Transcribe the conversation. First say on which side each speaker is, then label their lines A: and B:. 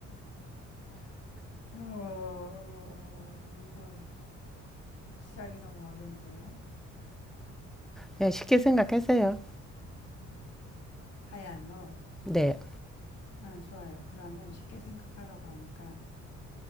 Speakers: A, on the left (about 55°); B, in the centre.
A: 어, 이거 시작이 너무 어려운데요.
B: 그냥 쉽게 생각하세요.
A: 하얀 옷.
B: 네,
A: 아, 좋아요. 그러면 쉽게 생각하라고 하니까.